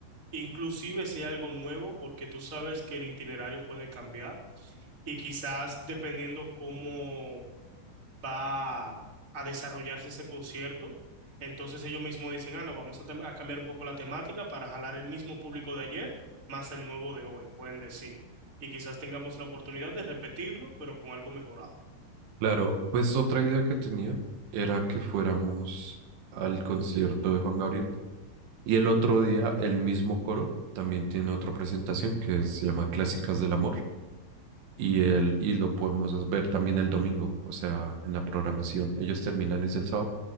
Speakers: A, on the right (about 20°); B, on the right (about 90°).
A: inclusive si hay algo nuevo, porque tú sabes que el itinerario puede cambiar y quizás dependiendo cómo va a desarrollarse ese concierto, entonces ellos mismos dicen, ah, no, vamos a, tem- a cambiar un poco la temática para jalar el mismo público de ayer más el nuevo de hoy, pueden decir. Y quizás tengamos la oportunidad de repetirlo, pero con algo mejorado.
B: Claro, pues otra idea que tenía era que fuéramos al concierto de Juan Gabriel y el otro día el mismo coro también tiene otra presentación que se llama Clásicas del Amor. y, el, y lo podemos ver también el domingo, o sea, en la programación. Ellos terminan es el sábado